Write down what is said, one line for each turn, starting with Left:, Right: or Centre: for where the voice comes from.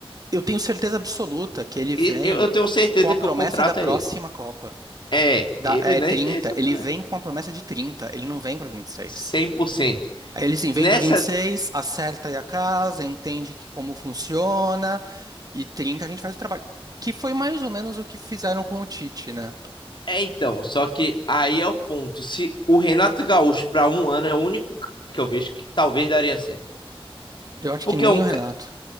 Right: Eu tenho certeza absoluta que ele vem
Left: E eu, eu tenho certeza
Right: com a
Left: que
Right: promessa
Left: o contrato
Right: da próxima
Left: é esse.
Right: Copa.
Left: É,
Right: Da,
Left: ele
Right: é
Left: nem
Right: 30,
Left: tem essa
Right: ele
Left: primeira.
Right: vem com a promessa de 30. ele não vem para 26.
Left: cem por cento
Right: Aí ele sim, vem
Left: Nessa.
Right: para vinte e seis, acerta aí a casa, entende que, como funciona, e 30 a gente faz o trabalho. Que foi mais ou menos o que fizeram com o Tite, né?
Left: É, então, só que aí é o ponto. Se o Renato Gaúcho, para um ano, é o único cara que eu vejo que talvez daria certo.
Right: Eu acho
Left: Porque
Right: que nem
Left: é um,
Right: o Renato.